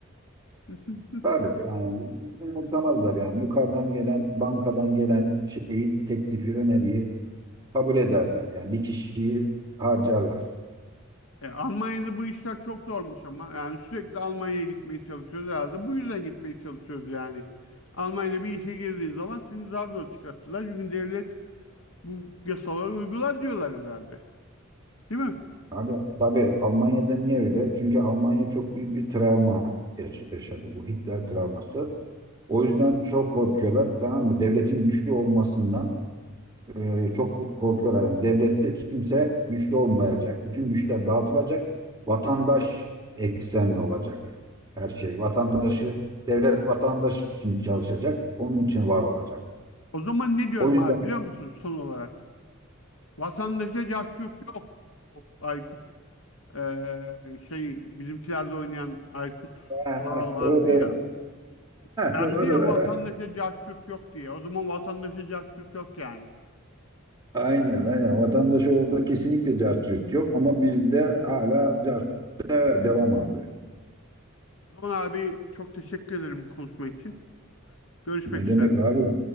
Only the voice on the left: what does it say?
<laughs>
E, Almanya'da bu işler çok zormuş ama. Yani sürekli Almanya'ya gitmeye çalışıyoruz herhalde. Bu yüzden gitmeye çalışıyoruz yani. Almanya'da bir işe girdiğin zaman seni zar zor çıkarttılar. Çünkü devlet bu yasaları uygular diyorlar herhalde. Değil mi?
O zaman ne diyorum
abi biliyor musun son olarak? Vatandaşa cahçurt yok. O Aykut e, şey bizimkilerde oynayan Aykut
Oral vardı
ya. Geldi
ya vatandaşa
cahçurt yok diye. O zaman vatandaşa cahçurt yok yani.
O zaman abi çok teşekkür ederim konuşma için. Görüşmek
üzere.